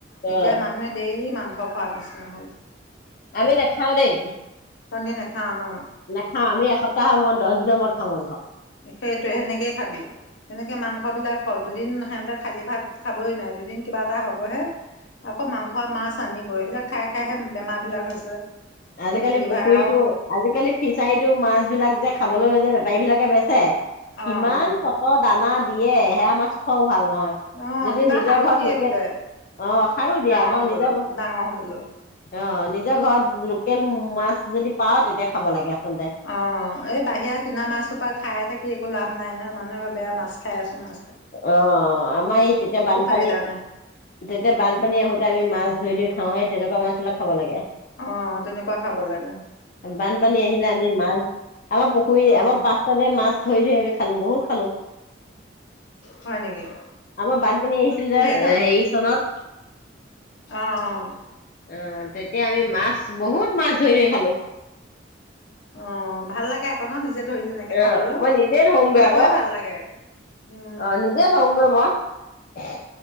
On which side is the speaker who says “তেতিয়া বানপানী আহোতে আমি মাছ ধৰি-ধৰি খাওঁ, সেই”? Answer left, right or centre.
Left